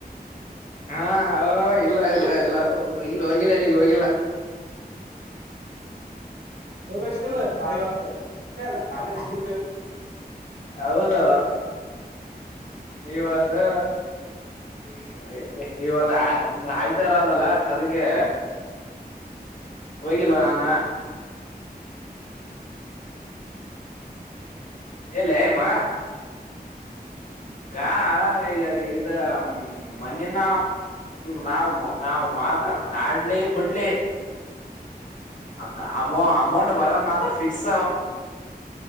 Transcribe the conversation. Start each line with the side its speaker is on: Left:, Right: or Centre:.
Left: ಹಾ ಹೌ ಇಲ್ಲ ಇಲ್ಲ ಇಲ್ಲ ಹೋಗಿಲ್ಲ ಹೋಗಿಲ್ಲ ಎಲ್ಲಿಗೆ ಹೋಗಿಲ್ಲ.
Right: ಹೋಗಬೇಕ್ ಇಲ್ಲ ಇವತ್ತು ಹತ್ತರಲ್ಲ ಕಾಲೇಜ್ ಬ <unintelligible>
Left: ಹೌದಾ ಇವತ್ತ್ ಹ್ಮ್ ಇವತ್ತು ಆಯ್ತಾರ ಅದಲ್ಲ ಕದಗೆ ಹೋಗಿಲ ನಾನ ಎಲ್ಲೆ ಮ್ಮ ಗಾ ಈಗ ಇದ ಮ್ಮ ಮನಿನ ನಾವ್ ನಾವು ಮಾತ್ರ ಮಾಡ್ಲಿ ಬಿಡ್ಲಿ ಅ ಅಮೌ ಅಮೌಂಟ್ ಬರೊದ ಮಾತ್ರ ಫಿಕ್ಸ್